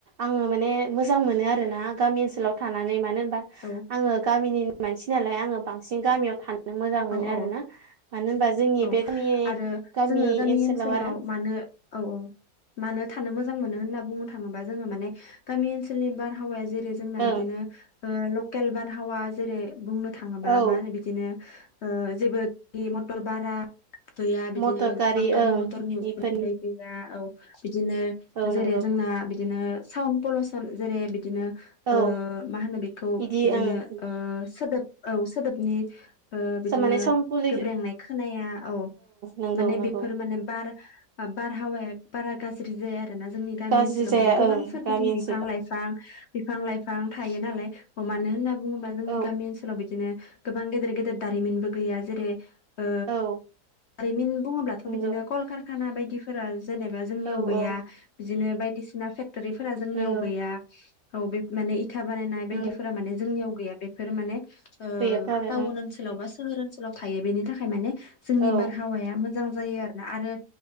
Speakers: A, on the right (about 75°); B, on the left (about 65°).
A: आङो माने मोजां मोनो आरोना गामि ओनसोलाव थानानै मानो होनबा
B: औ
A: आङो गामिनिऩ मानसि नालाय आङो बांसिन गामियाव थानो मोजां मोनो
B: औ औ
A: आरोना मानो होनबा जोंनि
B: औ
A: बे गामि
B: आरो
A: गामि
B: जोङो
A: ओनसोलाव आरो ना।
B: मानो औ औ मानो थानो मोजां मोनो होनना बुंनो थाङोबा जोङो माने गामि ओनसोलनि बारहावाया जेरै जोंना
A: ओं
B: बिदिनो ओ लकेल बारहावा जेरै बुंनो थाङोबा
A: औ
B: मा होनो बिदिनो ओ जेबोखि मथर बारा गैया बिदिनो
A: मटर
B: गोबां गारि
A: ओं
B: मथरनि
A: बेफोरनि
B: उखुन्दै गैया औ बिदिनो
A: औ नंगौ
B: जेरै जोंना बिदिनो सावन पलसन जेरै बिदिनो
A: औ
B: ओ मा होनो बेखौ
A: बिदि
B: बिदिनो
A: ओं
B: ओ सोदोब औ सोदोबनि ओ बि बिदिनो
A: माने साउन्ड पलिउसन
B: गोब्रेंनाय खोनाया औ
A: नंगौ
B: माने
A: नंगौ
B: बेफोर माने बार बारहावाया बारा गाज्रि जाया आरो ना जोंनि गामि
A: गाज्रि
B: ओनसोलाव
A: जाया
B: माने गोबां
A: ओं
B: सोरगिदिं
A: गामि ओनसोलाव
B: बिफां-लाइफां बिफां बिफां लाइफां थायो नालाय मानो होनना बुङोबा जोंनि
A: औ
B: गामि ओनसोलाव बिदिनो गोबां गेदेर गेदेर दारिमिनबो गैया जेरै ओ
A: औ
B: दारिमिन बुङोब्लाथ
A: नंगौ
B: बिदिनो कलकारखाना बायदिफोरा जेनेबा जोंनियाव
A: औ
B: गैया
A: औ
B: बिदिनो बायदिसिना फेगटरिफोरा जोंनि
A: नंगौ
B: गैया औ बे माने इ था‌ बानायनाय
A: नंगौ
B: बायदिफोरा माने जोंनियाव गैया बेफोर माने ओ
A: दैयाथ' आरो
B: थावन ओनसोलाव बा सोहोर ओनसोलाव थायो बेनि थाखाय माने जोंनि
A: ओं
B: बारहावाया मोजां जायो आरो। आरो